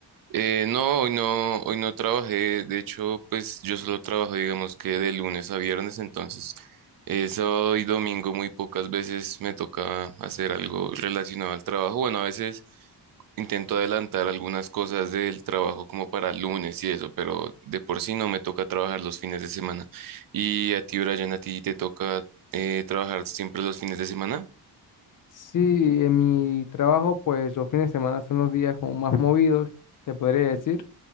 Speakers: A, on the right; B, on the left.
A: Eh, no, hoy no, hoy no trabajé. De hecho, pues yo solo trabajo, digamos que de lunes a viernes, entonces eh, sábado y domingo muy pocas veces me toca hacer algo relacionado al trabajo. Bueno, a veces intento adelantar algunas cosas del trabajo como para lunes y eso, pero de por sí no me toca trabajar los fines de semana. ¿Y a ti, Brian, a ti te toca eh, trabajar siempre los fines de semana?
B: Sí, en mi trabajo, pues los fines de semana son los días como más movidos, se podría decir.